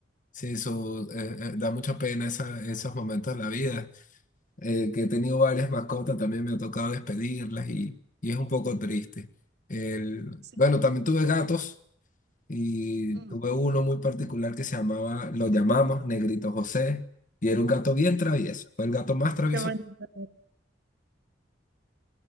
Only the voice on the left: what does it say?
sí, eso eh, eh, da mucha pena esa- esos momentos de la vida. Eh, que he tenido varias mascotas, también me ha tocado despedirlas y, y es un poco triste. El,
bueno, también tuve gatos y
tuve uno muy particular que se llamaba, lo llamamos Negrito José y era un gato bien travieso. Fue el gato más travieso,